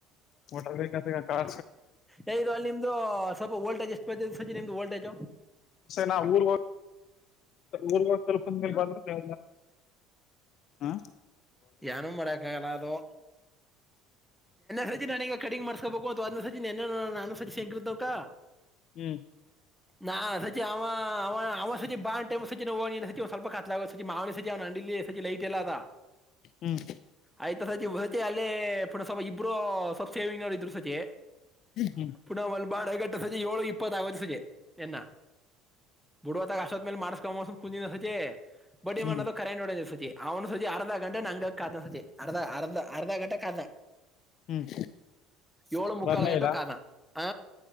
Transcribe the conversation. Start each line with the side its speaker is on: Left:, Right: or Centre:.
Left: ಮಟ ಕ
Centre: ಯದು ಅಲ್ಲಿ ನಿಮ್ದು ಸ್ವಲ್ಪ ವೋಲ್ಟೇಜ್ ಎಷ್ಟು ಬರ್ತ ಸಜಿ ನಿಮ್ದು ವೋಲ್ಟೇಜ್
Left: ನಾ ಊರ್ವ ಊರ್ವ ಸ್ವಲ್ಪಂದ ಮೇ ಬಂದ್ರೆ ಅ ಹ
Centre: ಏನು ಮಾಡಕ್ಕ ಆಗಲ್ಲ ಅದೋ ಸಚಿ ನನೀಗ ಕಡಿಂಗ್ ಮಾಡಸ್ಕಬೇಕು ಅಂತ ಅದ ಸಚಿನ್ ನಾನು ಸಚಿನ್ ಹೆಂತಂಕ
Left: ಹ್ಮ್
Centre: ನಾ ಸಚಿ ಅವ ಅವ ಅವ ಸತಿ ಬಾ ಟ್ ಸಿನೋ ಸ್ವಲ್ಪ ಕತ್ಲಾಗ ಸಿ ಮಾವನ ಸತಿ ಅವನ ಲ್ಲಿ ಸಜೆ ಲೈಟ್ ಎಲ್ಲ ಅದ
Left: ಹ್ಮ್
Centre: ಆಯ್ತ ಸಚತಿ ಅಲ್ಲೇ ಪುನ ಸ್ವ ಇಬ್ರು ಸ್ವ ಸೇವಿಂಗ್ ನೋಡಿದ್ರು ಸಜೆ
Left: ಹ್ಮ್
Centre: ಪುನಃ ಒಲ್ ಬಾಳ್ಗಟ್ಟ ಸಜೆ ಏಳು ಇಪ್ಪತ್ವತ್ತು ಸಜೆ ಎನ್ನ ಬುಡವ ತ ಆಶತ್ ಮೇಲೆ ಮಾಡಿಸಸ್ಕೊ ಕುಂದಿನ ಸತಿ ಬಡ್ಡಿ
Left: ಹ್ಮ್
Centre: ಮಣ್ಣದು ಕರೆಂಟ್ ಹೊಡ ಸತಿ ಅವ್ನು ಸತಿ ಅರ್ಧ ಗ ನಂಗ ಕಾದ ಸಜ ಅರ್ಧ ಅರ್ಧ ಅರ್ಧ ಗಂಟೆ ಕಾದ
Left: ಹ್ಮ್
Centre: ಏಳು ಮುಕ್ಕಾಲು
Left: ಬರ್ನೇ
Centre: ಗಂಟು
Left: ಇಲ್ಲ
Centre: ಕಾದ ಹ